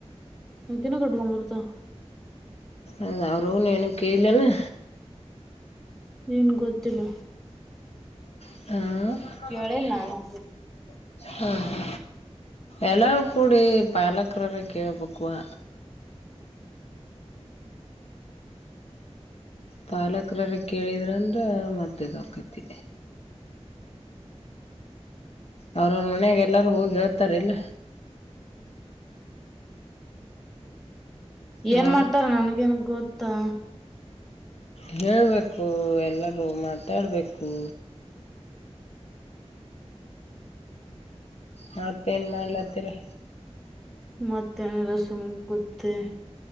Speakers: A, in the centre; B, on the left (about 65°).
A: ಹಾಕಿನ ಕಟ್ಟಕೊಂಡಂಬರುತ
B: ಅದ ಅವರುೂನುಏನ ಕೇಳಲನಾ
A: ಏನ್ ಗೊತ್ತಿಲ್ಲ
B: ಹಾ
A: ಕೇಳಿಲ್ಲ ನಾನು
B: ಹಾ ಹ್ಮ ಎಲ್ಲಾರೂ ಕೂಡಿ ಪಾಲಕ್ರರ ಕೇಳ್ಬೇಕವಾ ಪಾಲಕರ್ರ ಕೇಳಿದ್ರಂದ್ರೆ ಮತ್ತಗ ಹಾಕೈತಿ ಅವ್ರ ಅವ್ರ ಮನಯಾಗ ಎಲ್ಲಾರು ಹೋಗಿ ಹೇಳ್ತಾರ ಇಲ್ಲ ಹಾ
A: ಏನ್ ಮಾಡ್ತಾರ ನನ್ಗೇನ್ ಗೊತ್ತಾ
B: ಹೇಳಬೇಕು ಎಲ್ಲರೂ ಮಾತಾಡಬೇಕು ಮತ್ತ ಏನ್ ಮಾಡ್ಲತ್ತೀರಿ
A: ಮತ್ತೆ ಏನಿಲ್ಲ ಸುಮ್ಗಾ ಕುತ್ತಿವಿ